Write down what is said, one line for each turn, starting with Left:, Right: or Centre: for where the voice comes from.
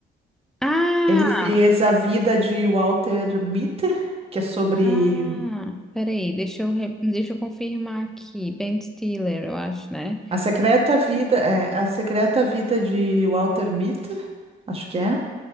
Centre: Ah,
Right: Ele fez A Vida de Walter Mitty, que é sobre
Centre: ah, peraí, deixa eu, re- deixa eu confirmar aqui. Ben Stiller, eu acho, né?
Right: a secreta vida, é, a secreta vida de Walter Mitty, acho que é,